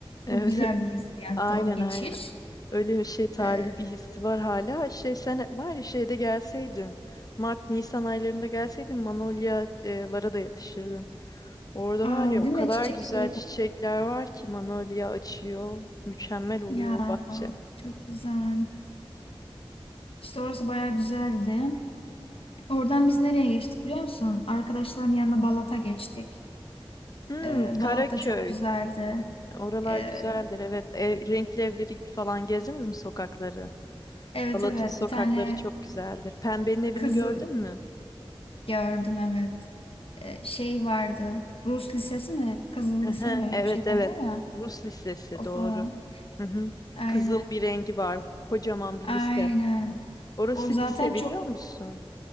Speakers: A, on the left; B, on the left.
A: Evet.
B: Çok güzel
A: <laughs>
B: bir hissiyattı
A: Aynen
B: o geçiş.
A: aynen. Öyle bir şey tarihi
B: Ee,
A: bir hissi var hala. Şey sen var ya şeyde gelseydin. Mart Nisan aylarında gelseydin manolyalara da yetişirdin. Orada
B: aa,
A: var ya o
B: değil
A: kadar
B: mi? Çiçek
A: güzel
B: şeyi
A: çiçekler
B: var.
A: var ki manolya açıyor. Mükemmel oluyor
B: Ya
A: o bahçe.
B: çok güzel. İşte orası bayağı güzeldi. Oradan biz nereye geçtik biliyor musun? Arkadaşların yanına Balat'a geçtik.
A: Hmm,
B: Ee,
A: Karaköy.
B: Balat da çok güzeldi.
A: Oralar
B: Ee,
A: güzeldir evet. Ev, renkli evleri falan gezdiniz mi sokakları?
B: evet
A: Balat'ın
B: evet
A: sokakları
B: bir tane
A: çok güzeldir. Pembenin evini
B: kızı
A: gördün mü?
B: gördüm evet. Ee, şey vardı. Rus lisesi mi? Kızıl
A: Ehe,
B: lise mi? Öyle
A: Evet
B: bir şey deniyor
A: evet.
B: ya.
A: Rus lisesi
B: O
A: doğru.
B: falan.
A: Hı hı.
B: Aynen.
A: Kızıl bir rengi var. Kocaman bir
B: Aynen.
A: lise. Orası
B: O zaten
A: lise biliyor
B: çok
A: musun?